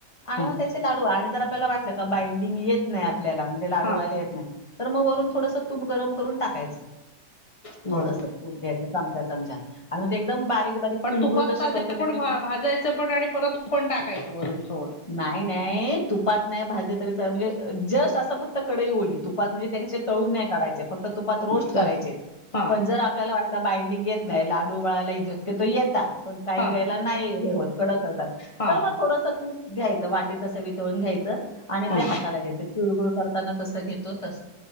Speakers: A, on the left; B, on the left.
A: आणि
B: हा.
A: मग त्याचे लाडू आणि जर आपल्याला वाटलं का बांडिंग येत नाही आपल्याला. लाडू
B: हा
A: व्हायला येत नाही, तर मग वरून थोडस तूप गरम करून टाकायचं.
B: बर
A: थोडस तूप घ्यायचं चमचा, चमचा आणि मग एकदम बारीक बारीक तिळगुळ
B: तुपात
A: कसे
B: आधी
A: करतो. त्याच्या
B: पण भाजायचं पण आणि परत तूप पण टाकायच वरून थोडं.
A: नाही नाही तुपात नाही भाजले तरी म्हणजे जस्ट असं फक्त कढई ओली तुपात म्हणजे त्या तळून नाही काढायचे फक्त तुपात
B: बर
A: रोस्ट करायचे.
B: हा
A: पण जर आपला बाइंडिंग येत नाही, लाडू वळाला शक्यतो येतात. काही
B: हा
A: वेळेला नाही हे होत कडक ठेवतात
B: हा
A: तर मग थोडस तूप. घ्यायचं वाटीत अस वितवून घ्यायचं आणि
B: हा
A: ते हाताला घ्यायचं. तिळगुळ करताना तसं घेतो तस